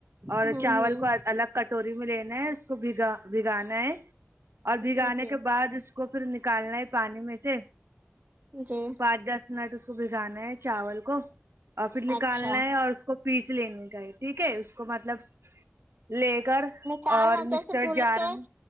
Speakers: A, on the right; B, on the right.
A: اور
B: ہوں
A: چاول
B: ہوں
A: کو الگ کٹوری میں لے اس کو بگا بھگانا ہے اور بھگانے
B: جی جی
A: کے بعد اس کو پھر نکالنا ہے پانی میں سے
B: جی
A: پانچ دس نٹ اس کو بھگانا ہے چاول کو اور پھر نکالنا
B: اچھا
A: ہے اور اس کو پیس لینے کا ہے ٹھیک ہے اس کو مطلب لے کر
B: کالنا
A: اور
B: جیسے
A: مکسر
B: دھل
A: جار
B: کے
A: میں